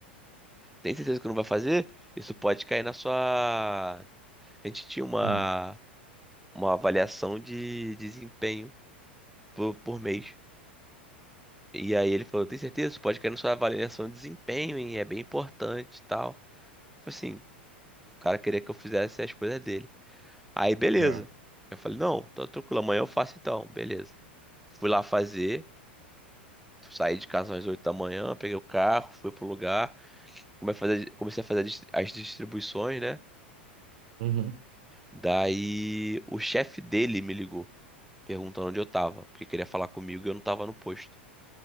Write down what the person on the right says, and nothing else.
Hum,
É.
Uhum.